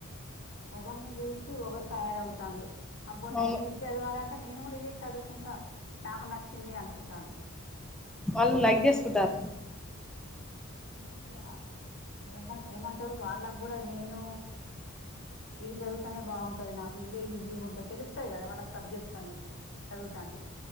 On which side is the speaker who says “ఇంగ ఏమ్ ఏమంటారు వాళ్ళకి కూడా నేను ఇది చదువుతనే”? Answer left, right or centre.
Left